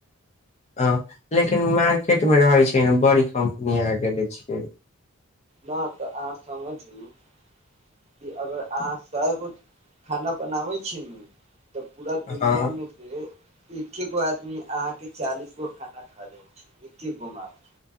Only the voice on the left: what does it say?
हॉं, लेकिन मार्केट मे रहे छै, ने बड़ी कम्पनी आ गेले छै।
हँ